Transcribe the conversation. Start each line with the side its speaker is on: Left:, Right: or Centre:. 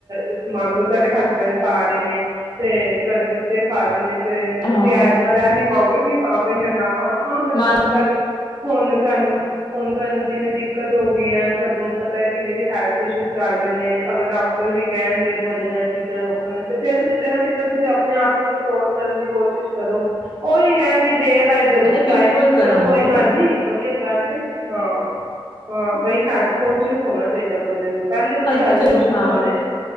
Right: ਇਸ ਮਾਮਲੇ ਤੁਹਾਡੇ ਹੈਸਂਬਡ ਖਾ ਰਿਹੀ ਏ, ਤੇ ਤੁਹਾਡੇ ਬੱਚੇ ਖਾ ਰਿਹੀ ਏ ਤੇ, ਤੁਸੀਂ
Left: ਹਾਂ
Right: ਏਦਾ ਰਹਿ ਨਹੀ ਪਾਓਗੇ ਕਿ, ਹਾ ਬਾਈ ਮੈਂ ਨਾ ਖਾਵਾਂ ਹਾਂ, ਬਟ
Left: ਮਨ
Right: ਹੁਣ ਕਹਿ ਲਓ ਹੁਣ ਤੈਨੰ ਹੁਣ ਤੁਹਾਨੂੰ ਜਿਵੇਂ ਦਿੱਕਤ ਹੋ ਗਈ ਹੈ। ਤੁਹਾਨੂੰ ਪਤਾ ਹੈ ਕਿ ਮੇਰੇ ਹੈਲਥ ਇਸ਼ੂ ਚੱਲ ਰਹੇ ਨੇ, ਅਗਰ ਡਾਕਟਰ ਵੀ ਕਹਿਣਗੇ ਤੁਹਾਨੂੰ ਇਹ ਚੀਜ਼ਾਂ ਰੋਕਣ ਤੇ ਫਿਰ ਕਿਤੇ ਨਾ ਕਿਤੇ ਤੁਸੀਂ ਆਪਣੇ ਆਪ ਤੇ ਕੰਟਰੋਲ ਕਰਨ ਦੀ ਕੋਸ਼ਿਸ਼ ਕਰੋਗੇ ਉਹੀ ਹੈ। ਕਿ ਦੇਰ ਆਏ, ਦਰੁਸਤ
Left: ਅਰੇ ਬਿਲਕੁਲ
Right: ਆਏ,
Left: ਕਰਾਂਗੇ
Right: ਚਲੋ ਕੋਈ ਗੱਲ ਨੀ ਵਧੀਆ ਗੱਲ ਏ ਹਾਂ ਬਈ ਹੈਲਥ ਕੋਨਸ਼ੀਅਸ ਹੋਣਾ ਚਾਹੀਦਾ ਬੰਦੇ ਨੂੰ ਪਹਿਲੇ ਤੋਂ ਹੀ
Left: ਹਜ
Right: ਹੈਲਥ
Left: ਤਾਂ ਚਲੀ
Right: ਕੋਸ਼ਿਸ਼
Left: ਹਾਂ
Right: ਹੋਵੇ